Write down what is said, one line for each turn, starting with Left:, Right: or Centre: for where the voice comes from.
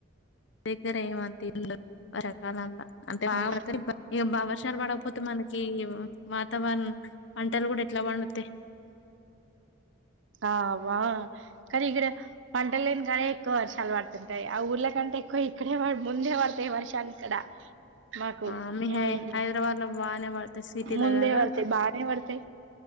Left: దగ్గర ఏమంత ఇల్లు రకాల అంత అంటే బాగా
Right: ఉమ్,
Left: పడితే ఇబ్బంది ఇగ బాగా వర్షాలు పడకపోతే మన ఏమో వాతావరణం పంటలు కూడా ఎట్లా పండుతాయి.
Right: ఆ అవ కానీ ఇక్కడ పంటలేని కాడ ఎక్కువ వర్షాలు పడుతుంటాయి. ఆ ఊర్ళ కంటే ఎక్కువ ఇక్కడే అడా ముందే పడతాయి వర్షాలు ఇక్కడ మాకు
Left: ఆ మి
Right: ఉమ్,
Left: హై హైదరాబాద్ బాగానే పడతాయి సిటీలో
Right: ముందే
Left: కదా
Right: వడుతయి
Left: పడతాయి
Right: బానే వడుతయి